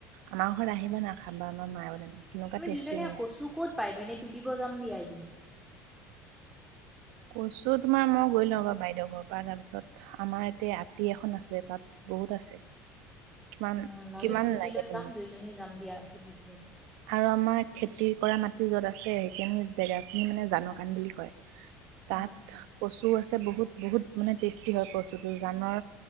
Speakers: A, on the right (about 75°); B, in the centre.
A: আমাৰ ঘৰত আহিবা না খাবা আমাৰ মায়ে বনাই কেনেকুৱা
B: মি
A: টেষ্টি
B: দুইজনীয়ে
A: বনাই
B: কচু ক'ত পাইনো এনে তুলিব যাম দিয়া এদিন।
A: কচু তোমাৰ মই গৈ লওঁ ৰবা বাইদেউ ঘৰৰ পৰা তাৰপিছত আমাৰ ইয়াতে আতি এখন আছে তাত বহুত আছে। কিমান
B: উম, ময়ো
A: কিমান
B: স্কুটি
A: লাগে
B: লৈ
A: তোমাক
B: যাম দুইজনী যাম দিয়া তুলিবলৈ।
A: আৰু আমাৰ খেতি কৰা মাটি য'ত আছে সেইখিনি জেগাখিনি মানে জানকাণ বুলি কয়। তাত
B: উম
A: কচু আছ বহুত, বহুত মানে টেষ্টি হয়, কচুটো জানৰ